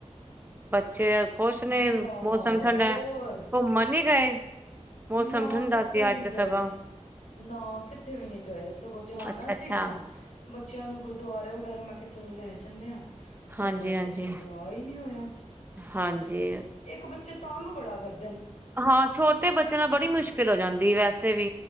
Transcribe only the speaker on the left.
ਬੁਰਾ
ਹਾਲ
ਹੋਰ
ਨਾ
ਕਿੱਥੇ
ਨੀ
ਗਏ, ਨਾ ਕਿੱਥੇ ਵੀ ਨੀ ਗਏ, ਸਗੋਂ ਜਾਣਾ
ਸੀਗਾ ਬੱਚਿਆਂ ਨੂੰ ਗੁਰਦੁਆਰੇ ਵਗੈਰਾ ਮੈਂ ਕਿਹਾ ਚਲੋ ਲੈ ਜਾਂਦੇ ਹਾਂ ਤੇ
ਬਸ
ਉਹ ਫੇਰ ਜਾ ਹੀ ਨਹੀਂ ਹੋਇਆ
ਇੱਕ ਬੱਚੇ ਤੰਗ ਬੜਾ ਕਰਦਾ